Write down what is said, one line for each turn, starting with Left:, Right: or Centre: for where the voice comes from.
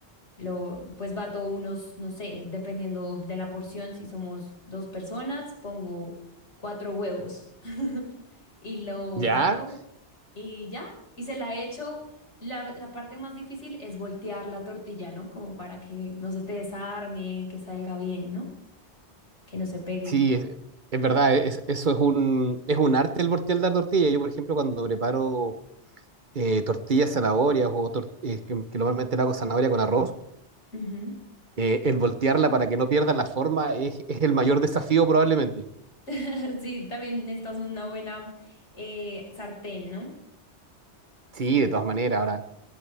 Left: lo, pues bato unos, no sé, dependiendo de la porción, si somos dos personas, pongo cuatro huevos <laughs> y lo
Right: ¿Ya?
Left: bato y ya, y se la echo. La, la parte más difícil es voltear la tortilla, ¿no? Como para que no se te desarme, que salga bien, ¿no? Que no se pegue.
Right: Sí, es, es verdad, es- eso es un, es un arte el voltear la tortilla. Yo, por ejemplo, cuando preparo eh, tortillas zanahorias o tor- eh, que, que normalmente la hago zanahoria con arroz,
Left: Ujú.
Right: eh, el voltearla para que no pierda la forma es, es el mayor desafío probablemente.
Left: <laughs> Sí, también necesitas una buena eh, sartén, ¿no?
Right: Sí, de todas maneras, ahora.